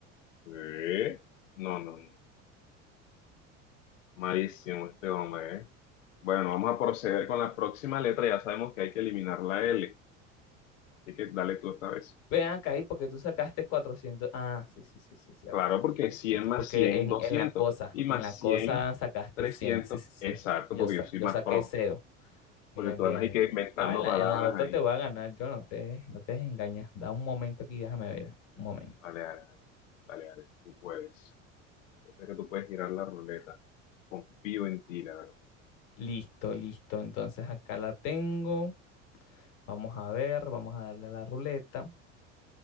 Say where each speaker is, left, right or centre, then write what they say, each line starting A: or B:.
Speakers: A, on the left; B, on the left.
A: ¿Eh? No, no, no. Malísimo este hombre, ¿eh? Bueno, vamos a proceder con la próxima letra. Ya sabemos que hay que eliminar la L. Así que dale tú esta vez.
B: Ven acá y porque tú sacaste cuatrocientos Ah, sí, sí, sí, sí, cierto.
A: Claro, porque
B: sí,
A: 100
B: cierto.
A: más
B: Porque
A: 100
B: en,
A: doscientos
B: en la cosa,
A: Y más
B: en la
A: 100
B: cosa sacaste
A: trescientos
B: cien sí, sí,
A: Exacto,
B: sí. Yo,
A: porque
B: sa-
A: yo soy
B: yo
A: más
B: saqué
A: pro.
B: cero. Bien,
A: Porque tú
B: bien,
A: andas ahí que
B: bien.
A: inventando
B: No, en la,
A: palabras
B: en la otra
A: ahí.
B: te voy a ganar, yo no te, no te engañas. Da un momento aquí, déjame ver. Un momento.
A: Vale, vale, vale. Vale, vale, Tú puedes. Yo sé que tú puedes girar la ruleta. Confío en ti, la verdad.
B: Listo, listo. Entonces acá la tengo. Vamos a ver, vamos a darle a la ruleta.